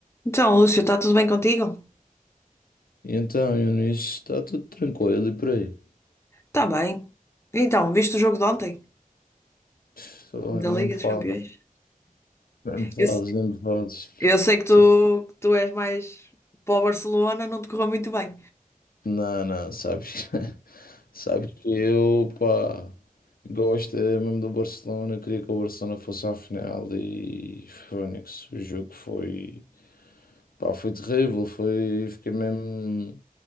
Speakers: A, on the left; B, on the left.
A: Então, Lúcio, está tudo bem contigo?
B: Então, Eunice, está tudo tranquilo e por aí?
A: Está bem. Então, viste o jogo de ontem?
B: Pff, oh,
A: Da
B: nem
A: Liga
B: me fales,
A: dos Campeões?
B: nem me fales,
A: Eu, se-
B: nem me fales.
A: eu sei que tu,
B: Tô-
A: que tu és mais para o Barcelona, não te correu muito bem.
B: Não, não, sabes, <laughs> sabes que eu, pá, gosto mesmo do Barcelona, queria que o Barcelona fosse à final e Fónix, o jogo foi, pá, foi terrível, foi, fiquei mesmo,